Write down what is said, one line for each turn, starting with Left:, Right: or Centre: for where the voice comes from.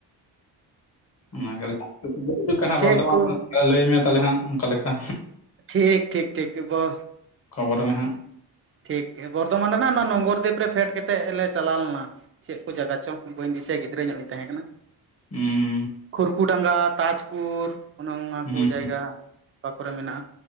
Left: ᱚᱱᱟᱜ ᱦᱤᱡᱩᱜ ᱠᱟᱱᱟ
Right: ᱪᱮᱫ
Left: ᱵᱚᱨᱫᱷᱚᱢᱟᱱ
Right: ᱠᱚ
Left: ᱞᱟᱹᱭ ᱢᱮ ᱛᱟᱦᱚᱞᱮ ᱦᱟᱸᱜ ᱚᱱᱠᱟ ᱞᱮᱠᱟ
Right: ᱴᱷᱤᱠ ᱴᱷᱤᱠ ᱴᱷᱤᱠ ᱵᱟ
Left: ᱠᱷᱚᱵᱚᱨ ᱢᱮᱦᱟᱸᱜ?
Right: ᱴᱷᱤᱠ ᱵᱚᱨᱫᱷᱚᱢᱟᱱ ᱨᱮ ᱨᱮᱱᱟᱜ ᱚᱱᱟ ᱱᱚᱝᱜᱚᱨᱫᱤᱯ ᱨᱮ ᱯᱷᱮᱰ ᱠᱟ ᱠᱟᱛᱮᱫ ᱞᱮ ᱪᱟᱞᱟᱣ ᱞᱮᱱᱟ᱾ ᱪᱮᱫ ᱠᱚ ᱡᱟᱭᱜᱟ ᱪᱚᱝ ᱵᱟᱹᱧ ᱫᱤᱥᱟᱹᱭᱟ ᱜᱤᱫᱽᱨᱟᱹ ᱧᱚᱜ ᱤᱧ ᱛᱟᱦᱮᱸ ᱠᱟᱱᱟ᱾
Left: ᱦᱮᱸ
Right: ᱠᱷᱩᱨᱠᱩᱰᱟᱸᱜᱟ ᱛᱟᱡᱽᱯᱩᱨ ᱚᱱᱮ ᱚᱱᱟ
Left: ᱦᱩᱸ
Right: ᱠᱚ ᱡᱟᱭᱜᱟ
Left: ᱦᱩᱸ
Right: ᱚᱠᱟ ᱠᱚᱨᱮ ᱢᱮᱱᱟᱜ-ᱟ